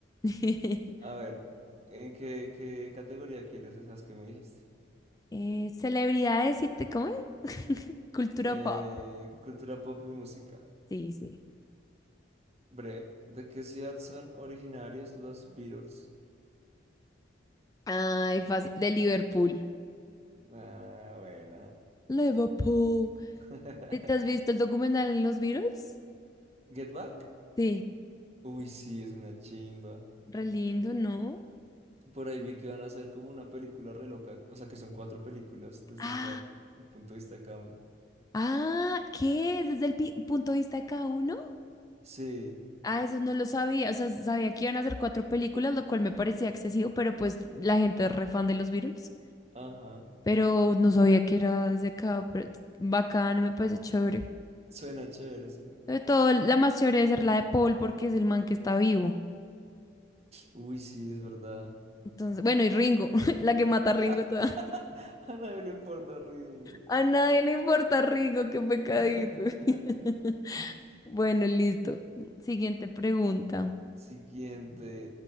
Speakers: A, on the left (about 20°); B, on the right (about 35°).
A: <laughs>
B: A ver, ¿en qué, qué categoría quieres de esas que me dijiste?
A: Eh, celebridades y te, ¿cómo es? <laughs> Cultura
B: Eh,
A: pop.
B: cultura pop y música.
A: Sí, sí.
B: Bre, ¿de qué ciudad son originarios los Beatles?
A: Ay, fácil. De Liverpool.
B: Ah, buena.
A: Liverpool.
B: <laughs>
A: ¿Sí ¿Te has visto el documental de los Beatles?
B: ¿Get Back?
A: Sí.
B: Uy, sí, es una chimba.
A: Re lindo, ¿no?
B: Por ahí vi que van a hacer como una película re loca. O sea, que son cuatro películas desde
A: Ah,
B: cada, el punto de vista de cada uno.
A: ah, ¿qué? ¿Desde el pi- punto de vista de cada uno?
B: Sí,
A: Ah, eso no lo sabía. O sea, sabía que iban a hacer cuatro películas, lo cual me parecía excesivo, pero pues la gente es re fan de los Beatles.
B: ajá.
A: pero no sabía que era desde acá, pero es bacano, me parece chévere.
B: Suena chévere, sí.
A: Sobre todo, la más chévere debe ser la de Paul, porque es el man que está vivo.
B: Uy, sí, es verdad.
A: Entonces, bueno, y Ringo, <laughs> la que mata a Ringo
B: <laughs>
A: toda.
B: A nadie le importa, Ringo.
A: A nadie le importa Ringo, qué pecadito.
B: <laughs>
A: <laughs> Bueno, listo. Siguiente pregunta.
B: Siguiente.